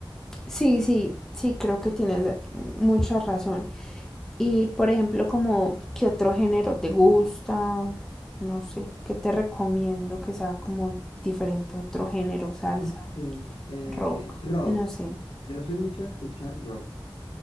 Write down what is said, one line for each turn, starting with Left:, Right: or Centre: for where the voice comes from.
Centre: Sí, sí, sí, creo que tienes mucha razón. Y por ejemplo, como qué otro género te gusta, no sé, qué te recomiendo que sea como diferente a otro género, salsa,
Left: Ok, eh,
Centre: rock,
Left: rock,
Centre: no sé.
Left: yo soy mucho de escuchar rock.